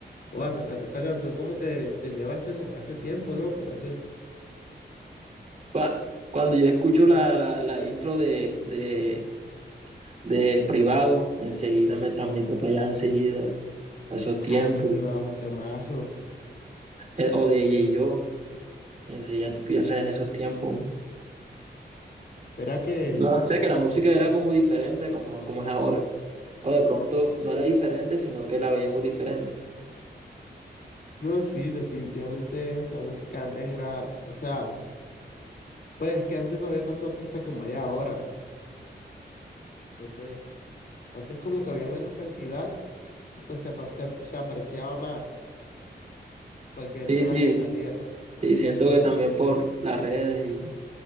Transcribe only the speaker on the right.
Cua- Cuando yo escucho la, la, la intro de, de, de privado, enseguida me transmite para allá, enseguida, para esos tiempos.
Eh, o de ella y yo, enseguida tú piensas en esos tiempos.
No sé, que la música era como diferente, como, como es ahora. O de pronto no era diferente, sino que la veíamos diferente.
Sí,
sí,
sí, siento que también por las redes y